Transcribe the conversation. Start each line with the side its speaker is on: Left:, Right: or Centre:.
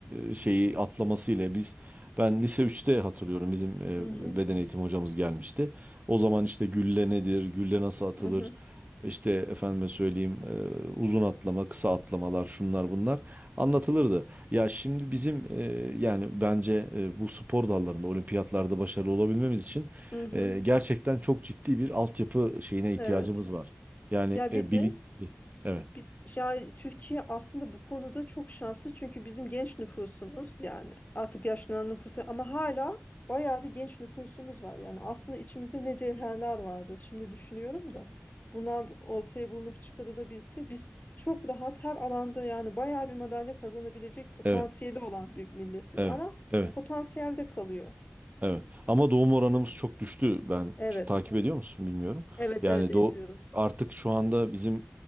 Right: e, şeyi atlamasıyla biz ben lise üçte hatırlıyorum bizim e,
Left: Hı hı,
Right: beden eğitimi hocamız gelmişti. O zaman işte gülle nedir, gülle nasıl atılır,
Left: hı hı,
Right: işte efendime söyleyeyim e, uzun atlama, kısa atlamalar, şunlar bunlar anlatılırdı. Ya şimdi bizim e, yani bence e, bu spor dallarında olimpiyatlarda başarılı olabilmemiz için
Left: hı hı.
Right: e, gerçekten çok ciddi bir altyapı şeyine ihtiyacımız
Left: Evet.
Right: var. Yani
Left: Ya
Right: e,
Left: bir de
Right: bilinçli. Evet,
Left: Bir, ya Türkiye aslında bu konuda çok şanslı çünkü bizim genç nüfusumuz yani artık yaşlanan nüfusu ama hala bayağı bir genç nüfusumuz var. Yani aslında içimizde ne cevherler vardı şimdi düşünüyorum da bunlar ortaya bulunup çıkarılabilse biz çok rahat her alanda yani bayağı bir madalya kazanabilecek potansiyeli
Right: evet,
Left: olan bir milletiz
Right: evet.
Left: ama
Right: evet.
Left: potansiyelde kalıyor.
Right: Evet. Ama doğum oranımız çok düştü. Ben
Left: Evet.
Right: takip ediyor musun bilmiyorum.
Left: Evet
Right: Yani
Left: evet ediyorum.
Right: do artık şu anda bizim